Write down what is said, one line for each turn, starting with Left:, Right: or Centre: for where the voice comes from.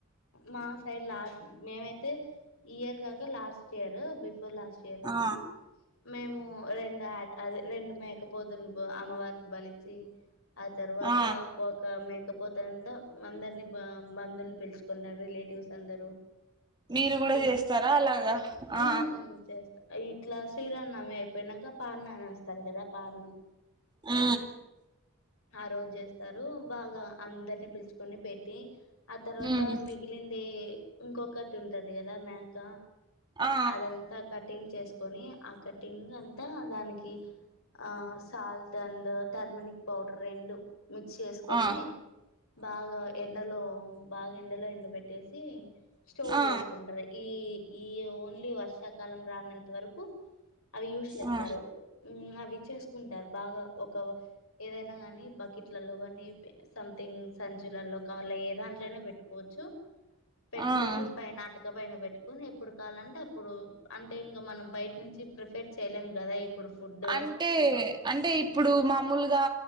Left: మా సైడ్ లా మేమైతే ఇయర్ కాక లాస్ట్ ఇయర్ బిఫ బిఫొర్ లాస్ట్ ఇయర్ రామో
Right: ఆ
Left: మేము రెండు అది రెండు మేకపోతులు అమ్మవారికి బలిచి ఆ తర్వాత
Right: ఆ
Left: ఒక మేకపోతంత అందరిని బ బందువులు పిలిచి కున్నారు రిలేటివ్స్ అందరూ
Right: మీరు కూడా
Left: పిలుచుకో
Right: చేస్తారా అలాగా ఆ
Left: ఉ చేస్తా ఇట్లా శ్రీరాన్నమి అయిపోయినాక పారణ అనిస్తారు కదా పారణ
Right: ఆ
Left: ఆ రోజు చేస్తారు బాగా అందరినీ పిలుచుకొని పెట్టి ఆ తర్వాత
Right: ఉమ్
Left: అత్త మిగిలింది ఇంకొకటి ఉంటది కదా మేక
Right: ఆ
Left: అదంతా కటింగ్ చేసుకొని ఆ కటింగ్ అంతా దానికి ఆ సాల్ట్ అడ్ టెర్మనిక్ పౌడర్ రెండు మిక్స్ చేసుకొని
Right: ఆ ఆ
Left: బాగా ఎండలో బాగా ఎండలో ఎండ పెెట్టేసి స్టోర్
Right: ఆ ఆ
Left: చేసుకుంటారు ఈ ఈ ఓన్లీ వర్షాకాలం రానంత వరకు అవి యూజ్ చేస్తారు
Right: ఆ
Left: అవి చేసుకుంటారు బాగా ఒక ఏదైనా కాని బకెట్లలో కానీ సంథింగ్ జలల్లో కావర్ళ ఏ దాంట్లోైనా పెట్టుకోవచ్చు పెట్టుకుొని
Right: ఆ
Left: పైనటక పైన పెట్టు ని ఎప్పుడు కావాలంటే అప్పుడు అంటే ఇంగా మనం బయట నుంచి ప్రిఫెర్ చేయలేం కదా ఇప్పుడు ఫుడ్
Right: అంటే అంటే ఇప్పుడు మామూలుగా